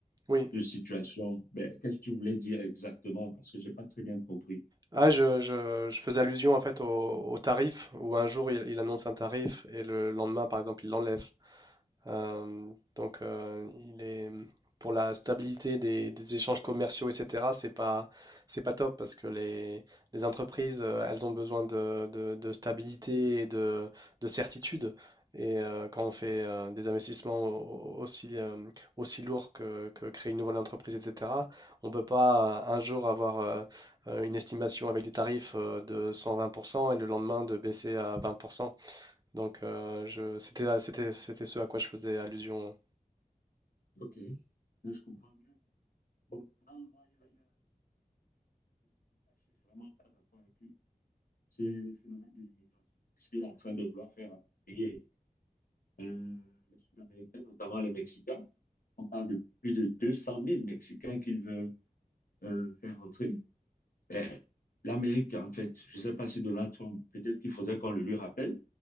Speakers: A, on the right (about 25°); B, on the left (about 80°).
A: Oui,
B: de situation. Mais qu'est-ce que tu voulais dire exactement? Parce que je n'ai pas très bien compris.
A: Ah, je, je- je faisais allusion en fait au, au tarif où un jour il, il annonce un tarif et le lendemain par exemple il l'enlève. Euh, donc, euh, il est pour la stabilité des, des échanges commerciaux, etc. C'est pas c'est pas top parce que les, les entreprises, euh, elles ont besoin de, de- de stabilité et de, de certitude. Et euh, quand on fait euh, des investissements au- au- aussi euh, aussi lourds que, que créer une nouvelle entreprise, etc. On ne peut pas euh, un jour avoir euh, euh, une estimation avec des tarifs euh, de 120% et le lendemain de baisser à 20%. Donc, euh, je, c'était, c'était, c'était ce à quoi je faisais allusion.
B: Ok. Là, je comprends mieux. Bon, maintenant, moi, il y a- il y a- là, je ne suis vraiment pas d'accord avec lui. C'est le phénomène de l'immigration. Ce qu'il est en train de vouloir faire appuyer euh, les Sud-Américains, notamment les Mexicains. On parle de plus de deux cent mille Mexicains qu'il veut euh, faire entrer Ben, L'Amérique, en fait, je ne sais pas si Donald Trump, peut-être qu'il faudrait qu'on le lui rappelle,